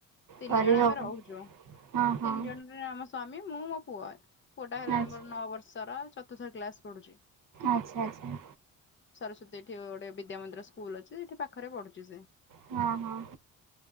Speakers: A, on the left (about 35°); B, on the right (about 65°).
A: ତିନି
B: କରିହବନି।
A: ଜଣ ଆମେ ରହୁଛୁ
B: ହଁ ହଁ
A: ତିନି ଜଣରେ ଆମ ସ୍ଵାମୀ ମୁଁ ମୋ ପୁଅ। ପୁଅ ଟା ହେଲାଣି
B: ଆଚ୍ଛା
A: ମୋର ନଅ ବର୍ଷର ଚତୁର୍ଥ କ୍ଲାସ ପଢୁଛି।
B: ଆଚ୍ଛା ଆଚ୍ଛା।
A: ସରସ୍ଵତୀ ଏଠି ଗୋଟେ ବିଦ୍ୟ ମନ୍ଦିର ସ୍କୁଲ ଅଛି ସେଠି ପାଖରେ ପଢୁଛି ସେ।
B: ହଁ